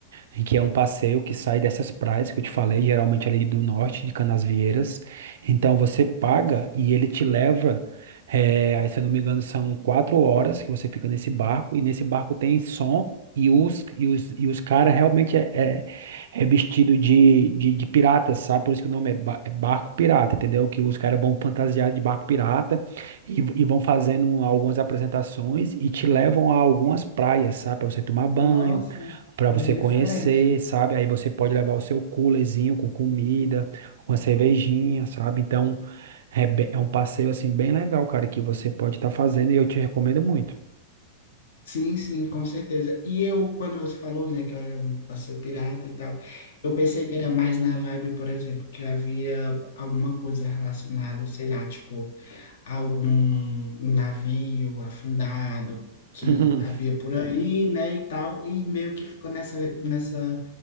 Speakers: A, on the right; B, on the left.
A: em que é um passeio que sai dessas praias que eu te falei, geralmente ali do norte, de Canasvieiras. Então você paga e ele te leva, eh, aí, se eu não me engano, são quatro horas que você fica nesse barco, e nesse barco tem som. E os, e os, e os caras realmente é, é, é vestido de, de, de piratas, sabe? Por isso que o nome é, ba- é barco pirata, entendeu? Que os caras vão fantasiados de barco pirata e, e vão fazendo algumas apresentações e te levam a algumas praias, sabe? Para você tomar banho,
B: Nossa,
A: para
B: bem
A: você
B: diferente.
A: conhecer, sabe? Aí você pode levar o seu coolerzinho com comida, uma cervejinha, sabe? Então, é, be- é um passeio assim bem legal, cara, que você pode estar fazendo e eu te recomendo muito.
B: Sim, sim, com certeza. E eu, quando você falou, né, que era um passeio pirata e tal, eu pensei que era mais na vibe, por exemplo, que havia alguma coisa relacionada, sei lá, tipo, algum navio afundado que
A: <laughs>
B: havia por aí, né, e tal, e meio que ficou nessa, nessa,